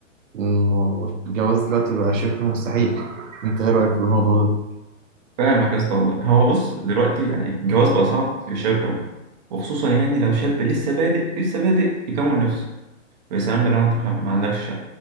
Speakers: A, on the right; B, on the right.
A: إنه الجواز دلوقتي بقى شبه مستحيل أنت إيه رأيك في الموضوع ده؟
B: فاهمك يا اسطى والله هو بص دلوقتي يعني الجواز بقى صعب للشباب قوي وخصوصا يعني لو شاب لسه بادئ لسه بادئ يكون نفسه يا سلام بقى لو انت مش- ما عندكش